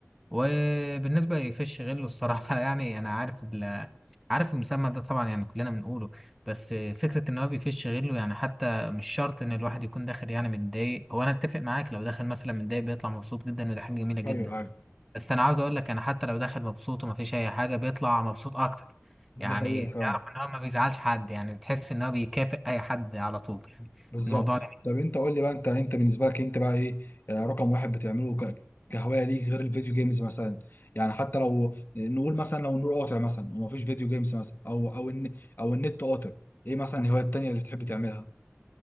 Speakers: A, in the centre; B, on the left.
A: وبالنسبة لفيش غلو الصراحة <laughs> يعني أنا عارف ال عارف المسمى ده طبعا يعني كلنا بنقوله بس فكرة إن هو بيفش غله يعني حتى مش شرط إن الواحد يكون داخل يعني متضايق هو أنا أتفق معاك لو داخل مثلا متضايق بيطلع مبسوط جدا ودي حاجة جميلة جدا
B: ايوه ايوه
A: بس أنا عاوز أقول لك أنا حتى لو داخل مبسوط ومفيش أي حاجة بيطلع مبسوط أكتر يعني
B: ده حقيقة فعلا
A: تعرف إن هو ما بيزعلش حد يعني بتحس إن هو بيكافئ أي حد على طول يعني
B: بالظبط
A: الموضوع ده
B: طب انت قول لي بقى انت انت بالنسبه لك انت بقى ايه آه، رقم واحد بتعمله ك- كهوايه ليك غير الفيديو جيمز مثلا يعني حتى لو آه، نقول مثلا لو النور قاطع مثلا ومفيش فيديو جيمز مثلا او او ان او النت قاطع ايه مثلا الهوايه التانيه اللي بتحب تعملها